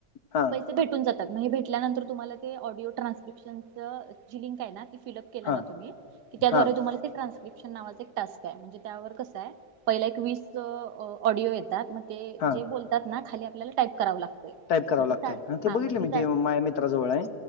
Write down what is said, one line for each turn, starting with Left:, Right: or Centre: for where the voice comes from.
Left: हां,
Right: पै ते भेटून जातात म हे भेटल्यानंतर तुम्हाला ते ऑडिओ ट्रान्स्क्रिप्शनचं जी लिंक आहे ना ती फिलअप केला
Left: हां,
Right: ना तुम्ही की त्याद्वारे
Left: हां,
Right: तुम्हाला ते ट्रान्स्क्रिप्शन नावाच एक टास्क आहे म्हणजे त्यावर कसय पहिला एक वीस ऑडिओ येतात म ते
Left: हां.
Right: जे बोलतात ना खाली आपल्याला टाईप करावं लागतय
Left: टाइप करावं
Right: म
Left: लागतंय.
Right: ति चाच
Left: हां, ते
Right: हा
Left: बघितलं
Right: म
Left: मी
Right: ती चाच
Left: ते माझ्या मित्राजवळ आहे.